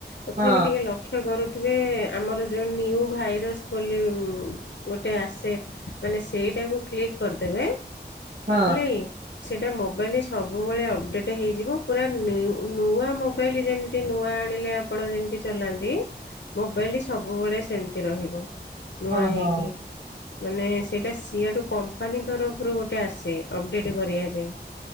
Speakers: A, on the left; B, on the right.
A: ତଥାପି
B: ହଁ
A: ଟିକେ ଲକ୍ଷ୍ୟ କରୁ ଥିବେ ଆମର ଯଉ ନ୍ୟୁ ଭାଇରସ୍ ବୋଲି ଗୋଟେ ଆସେ ମାନେ ସେ ସେଇଟାକୁ କ୍ଲିକ୍ କରିଦେବେ।
B: ହଁ ହଁ
A: ହେଲା କି ସେଇଟା ମୋବାଇଲ ସବୁବେଳେ ଅପଡ଼େଟ୍ ହେଇଯିବ। ପୁରା ନି ନୂଆ ମୋବାଇଲ ଯେମିତି ନୂଆ ଆଣିଲେ ଆପଣ ଯେମିତି ଚଲାନ୍ତି ମୋବାଇଲ ସବୁବେଳେ ସେମିତି ରହିବ ନୂଆ
B: ହଁ
A: ହେଇକି।
B: ହଁ
A: ମାନେ ସେଇଟା ସିଆଡ଼ୁ କମ୍ପାନୀ ତରଫରୁ ଗୋଟେ ଆସେ ଅପଡ଼େଟ୍ କରିବା ପାଇଁ।